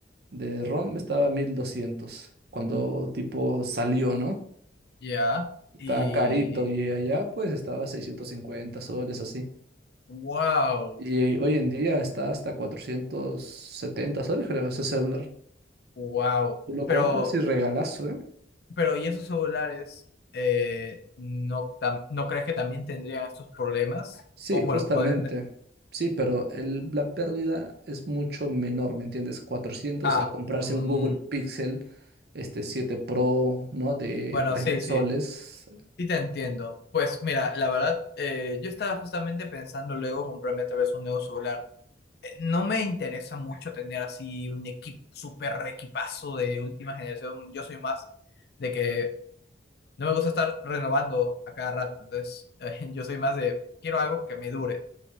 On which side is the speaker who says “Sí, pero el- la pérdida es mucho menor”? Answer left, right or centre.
Right